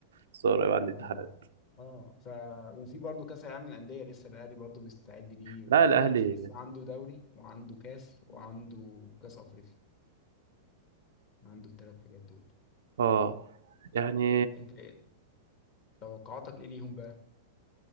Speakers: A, on the right (about 65°); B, on the left (about 40°).
A: خساره يبقى
B: اه
A: عندي امتحانات
B: آه. ف وفي برضه كاس العالم للانديه لسه الاهلي برضه بيستعد ليه
A: لا
B: بيراميدز
A: الاهلي
B: لسه عنده دوري وعنده كاس وعنده كاس افريقيا عنده الثلاث حاجات دول
A: اه يعني
B: انت إيه توقعاتك ايه ليهم بقى